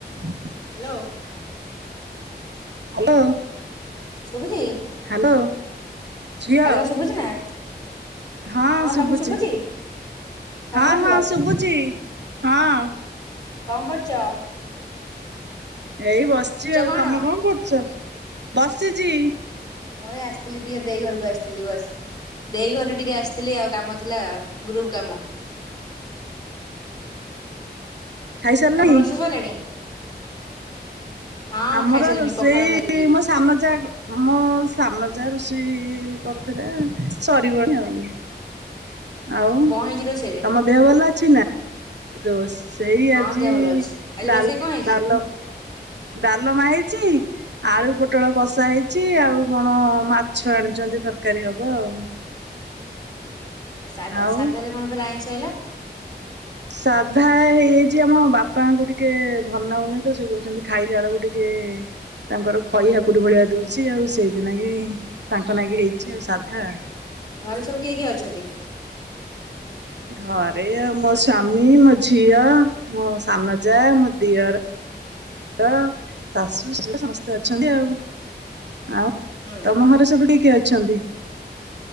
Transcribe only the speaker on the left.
Hello.
ଶୁଭୁଛି।
hello ସୁଵୁଚି ନା।
ତମକୁ ଶୁଭୁଛି କଣ
କରୁଥିଲ
କଁ କରଚ
କଣ
ମୁଁ ଏଇ ଆସିଥିଲି ଟିକେ ଦେଇ ଘରକୁ ଆସିଥିଲି ବସ ଦେଇ ଘରୁ ଟିକେ ଆସିଥିଲି ଆଉ କାମ ଥିଲା। ଗ୍ରୁପ୍ କାମ।
ତମର ରୋଷେଇ ସଇଲାଣି? ହଁ
ଖାଇସାରିଲିଣି
ପଖାଳ ଖାଇଥିଲି
କଣ ହେଇଛି ରୋଷେଇରେ?
ହଁ
ଦେହ ଭଲ ଅଛି ଆଜି
ରୋଷେଇ କଣ ହେଇଛି
ସାଧା
ସାଧାରେ କଣ ଫେର୍ ଆଇଁଷ ହେଲା?
ଘରେ ସବୁ କିଏ କିଏ ଅଛନ୍ତି?
ହୁଁ